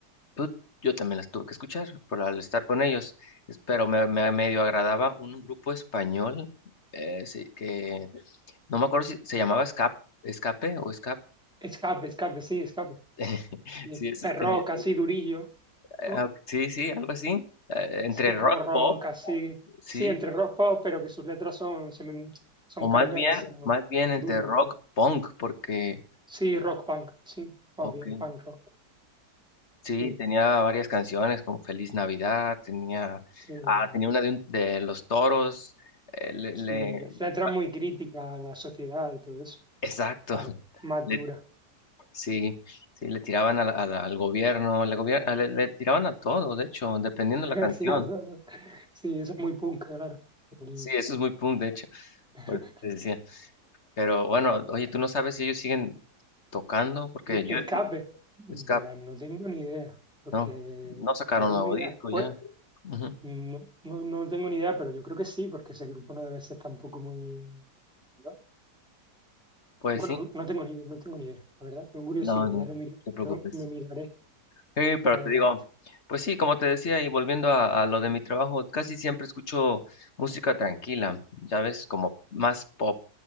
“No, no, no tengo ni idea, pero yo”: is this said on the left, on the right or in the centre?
Centre